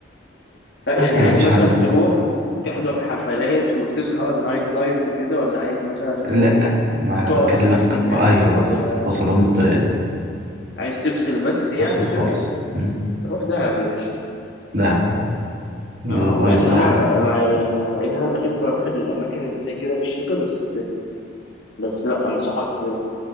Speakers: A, on the left; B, on the right.
A: لا
B: حتى
A: يعني
B: لو
A: عايز
B: مش
A: مثلا
B: هنزل
A: تروح تحضر حفلات وتسهر نايت لايف وكده ولا عايز مثلا
B: لأ
A: تروح
B: ما أنا
A: تقعد
B: بكلمك
A: تفسي دماغك
B: في أيوه بالظبط
A: ولا
B: فصلان بالطريقة دي
A: عايز تفصل بس يعني
B: أفصل خالص
A: كده
B: مم.
A: روح دهب يا باشا
B: ده بقى الفايب
A: اه مع ان
B: صح
A: انا
B: يا عم
A: مع يعني مع ان انا بحب اروح الاماكن اللي زي كده في الشتاء بس بس لا انصحك ب...